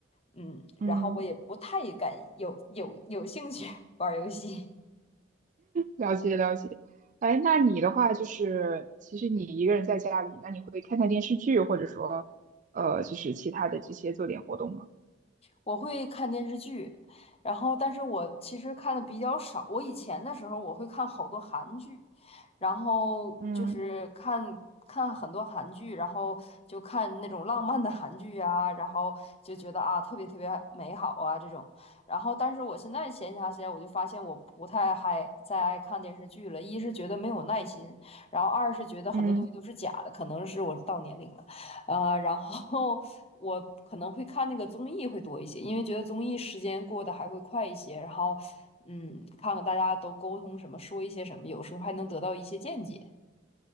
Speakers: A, on the left; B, on the right.
A: 嗯，
B: 嗯，
A: 然后我也不太敢有有有兴趣 <laughs> 玩儿游戏。
B: 了解了解。哎，那你的话就是，其实你一个人在家里，那你会看看电视剧，或者说，呃，就是其他的这些做点活动吗？
A: 我会看电视剧，然后但是我其实看的比较少。我以前的时候我会看好多韩剧，然后就是看看很多韩剧，
B: 嗯
A: 然后就看那种浪漫的韩剧啊，然后就觉得啊特别特别美好啊这种。然后但是我现在闲暇起来，我就发现我不太还再爱看电视剧了，一是觉得没有耐心，然后二是觉得很多东西都是假的，
B: 嗯，
A: 可能是我到年龄了。呃，然后 <laughs> 我可能会看那个综艺会多一些，因为觉得综艺时间过得还会快一些。然后，嗯，看看大家都沟通什么，说一些什么，有时候还能得到一些见解。